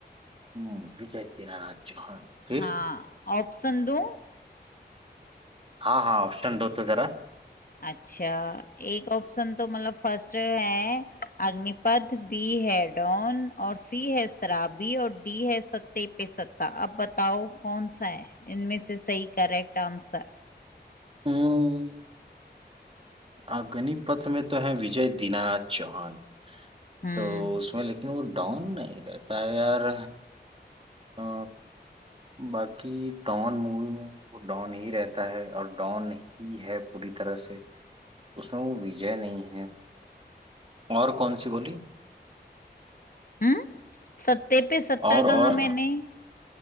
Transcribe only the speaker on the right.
हम्म, विजय दीनानाथ चौहान फिर
हाँ हाँ ऑप्शन दो तो जरा
हम्म, अग्निपथ में तो है विजय दीनानाथ चौहान
तो उसमें लेकिन वो डॉन नहीं रहता है यार अ, बाकी डॉन मूवी में वो डॉन ही रहता है और डॉन ही है पूरी तरह से उसमें वो विजय नहीं है और कौन सी बोली
और
और